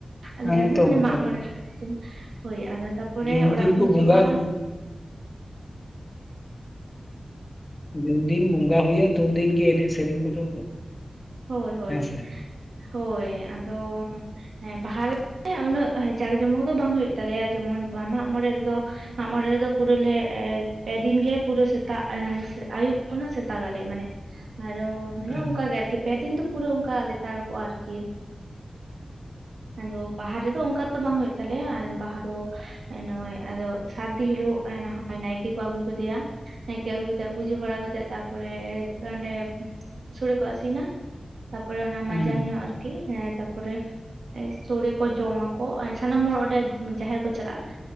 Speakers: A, on the right; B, on the left.
A: ᱟᱞᱮ
B: ᱦᱮᱸ
A: ᱴᱷᱮᱱ ᱫᱚ
B: ᱛᱚ
A: ᱢᱟᱱᱮ
B: ᱚᱱᱠᱟ
A: ᱢᱟᱜ
B: ᱜᱮ
A: ᱢᱚᱬᱮ ᱨᱮ ᱦᱳᱭ ᱟᱫᱚ ᱛᱟᱨᱯᱚᱨᱮ
B: ᱡᱩᱱ
A: ᱚᱲᱟᱜ
B: ᱫᱤᱱ
A: ᱠᱚ ᱦᱤᱡᱩᱜ-ᱟ
B: ᱵᱚᱸᱜᱟᱜᱼᱟ ᱛᱚ ᱡᱩᱱ ᱫᱤᱱ ᱵᱚᱸᱜᱟ ᱦᱩᱭᱩᱜᱼᱟ ᱛᱩᱱᱫᱤᱱ ᱜᱮ ᱮᱱᱮᱡ ᱥᱮᱨᱮᱧ ᱠᱚᱫᱚ
A: ᱦᱳᱭ ᱦᱳᱭ
B: ᱦᱮᱸ ᱥᱮ
A: ᱦᱳᱭ ᱟᱫᱚ ᱵᱟᱦᱟ ᱨᱮ ᱦᱮᱸ ᱩᱱᱟᱹᱜ ᱡᱟᱠ ᱡᱚᱢᱚᱠ ᱫᱚ ᱵᱟᱝ ᱦᱩᱭᱩᱜ ᱛᱟᱞᱮᱭᱟ ᱡᱮᱢᱚᱱ ᱢᱟᱜ ᱢᱚᱬᱮ ᱨᱮᱫᱚ ᱢᱟᱜ ᱢᱚᱬᱮ ᱨᱮᱫᱚ ᱯᱩᱨᱩᱞᱮ ᱯᱮᱫᱤᱱ ᱜᱮ ᱯᱩᱨᱟᱹ ᱥᱮᱛᱟᱜ ᱟᱹᱭᱩᱵ ᱠᱷᱚᱱᱟᱜ ᱥᱮᱛᱟᱜᱟᱞᱮ ᱢᱟᱱᱮ ᱾ ᱟᱨ ᱢᱟᱱᱮ
B: ᱦᱮᱸ
A: ᱚᱱᱠᱟ ᱜᱮ ᱟᱨᱠᱤ ᱯᱮᱫᱤᱱ ᱫᱚ ᱯᱩᱨᱟᱹ ᱚᱱᱠᱟ ᱞᱮᱛᱟᱲ ᱠᱚᱜᱼᱟ ᱟᱨᱠᱤ ᱟᱫᱚ ᱵᱟᱦᱟ ᱨᱮᱫᱚ ᱚᱱᱠᱟ ᱫᱚ ᱵᱟᱝ ᱦᱩᱭᱩᱜ ᱛᱟᱞᱮᱭᱟ ᱵᱟᱦᱟ ᱫᱚ ᱱᱚᱜᱚᱭ ᱟᱫᱚ ᱥᱟᱨᱫᱤᱱ ᱦᱤᱞᱳᱜ ᱱᱟᱭᱠᱮ ᱠᱚ ᱟᱹᱜᱩ ᱠᱮᱫᱮᱭᱟ ᱱᱟᱭᱠᱮ ᱟᱹᱜᱩ ᱠᱟᱛᱮᱜ ᱯᱩᱡᱟᱹ ᱵᱟᱲᱟ ᱠᱟᱛᱮᱜ ᱛᱟᱨᱯᱚᱨᱮ ᱚᱸᱰᱮ ᱥᱚᱲᱮ ᱠᱚ ᱟᱹᱥᱤᱱᱟ ᱾ ᱛᱟᱯᱚᱨᱮ ᱚᱱᱟ
B: ᱦᱮᱸ
A: ᱢᱟᱡᱟᱱ ᱧᱚᱜ ᱟᱨᱠᱤ ᱛᱟᱯᱚᱨᱮ ᱥᱚᱲᱮ ᱠᱚ ᱡᱚᱢ ᱠᱚ ᱥᱟᱱᱟᱢ ᱦᱚᱲ ᱚᱸᱰᱮ ᱡᱟᱦᱮᱨ ᱠᱚ ᱪᱟᱞᱟᱜᱼᱟ ᱾